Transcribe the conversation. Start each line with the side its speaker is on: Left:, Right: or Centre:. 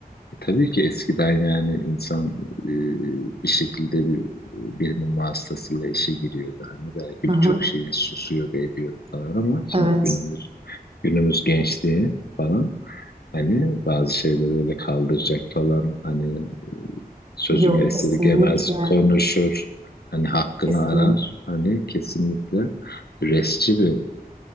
Left: E, tabii ki eskiden yani insan e, bir şekilde bir, birinin vasıtasıyla işe giriyordu. Hani belki
Right: Aha,
Left: birçok şeye susuyordu ediyordu falan ama şimdi
Right: evet.
Left: günümüz günümüz gençliği falan Hani bazı şeyleri öyle kaldıracak falan hani sözümü
Right: Yok
Left: esirgemez,
Right: kesinlikle.
Left: konuşur, hani hakkını
Right: kesinlikle.
Left: arar. Hani kesinlikle resci bir